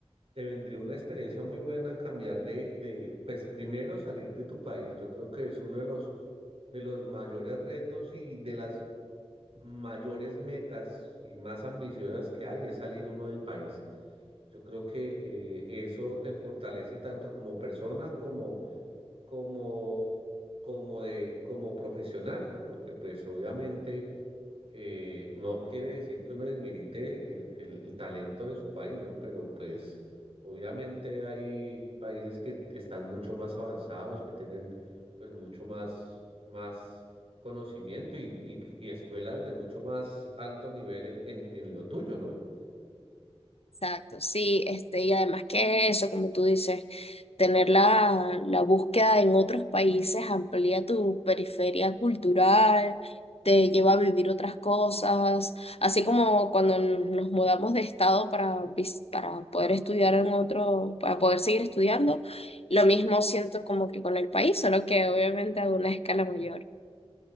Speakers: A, on the right; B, on the left.
A: Te vendría una experiencia muy buena cambiar de, de, pues primero salir de tu país. Yo creo que es uno de los, de los mayores retos y de las mayores metas y más ambiciosas que hay es salir uno del país. Yo creo que eh, eso te fortalece tanto como persona como, como, como de, como profesional, ¿no? Porque pues obviamente eh, no quiere decir que uno desmerite el, el- el talento de su país, ¿no? Pero pues obviamente hay países que están mucho más avanzados, que tienen pues mucho más, más conocimiento y, y- y escuelas de mucho más alto nivel en, en en lo tuyo, ¿no?
B: Exacto, sí, este, y además que eso, como tú dices, tener la, la búsqueda en otros países amplía tu periferia cultural, te lleva a vivir otras cosas, así como cuando n- nos mudamos de estado para, vis- para poder estudiar en otro, para poder seguir estudiando, lo mismo siento como que con el país, solo que obviamente a una escala mayor.